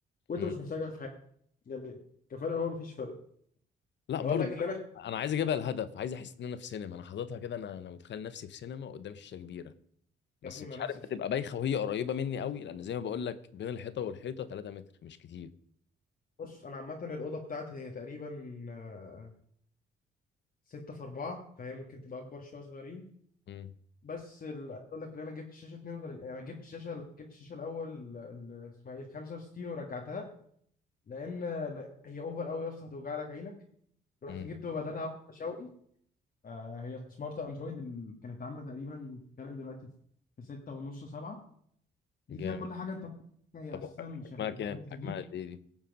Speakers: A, on the left; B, on the left.
A: وانت
B: مم.
A: مش محتاجها في حاجه يعني كفرق هو مفيش فرق
B: لا برضو
A: اقول لك اللي انا شايفه
B: انا عايز اجيبها الهدف عايز احس ان انا في سينما انا حاططها كده انا انا متخيل نفسي في سينما قدام شاشه كبيره بس
A: يا ابني
B: مش
A: مع نفس
B: عارف
A: الفكره
B: هتبقى بايخه وهي قريبه مني قوي لان زي ما بقول لك بين الحيطه والحيطه 3 متر مش كتير
A: بص انا عامه الاوضه بتاعتي هي تقريبا آه، ستة في أربعة فهي ممكن تبقى اكبر شويه صغيرين
B: امم
A: بس ال- عايز اقول لك اللي انا جبت شاشه 32 انا جبت شاشه جبت الشاشه الاول ال- ال- اسمها ايه ال 65 ورجعتها لان لا، هي اوفر قوي يا اسطى هتوجع لك عينك رحت
B: امم
A: جبت بدلها واحدة شاومي آه، هي سمارت اندرويد اللي كانت عامله تقريبا بتتكلم دلوقتي في 6 ونص 7 دي
B: جامد
A: فيها كل حاجه انت ممكن تتخيلها.
B: طب
A: هي اساسا
B: حجمها
A: شغاله في
B: كام
A: جوجل تي
B: حجمها
A: في
B: قد ايه دي؟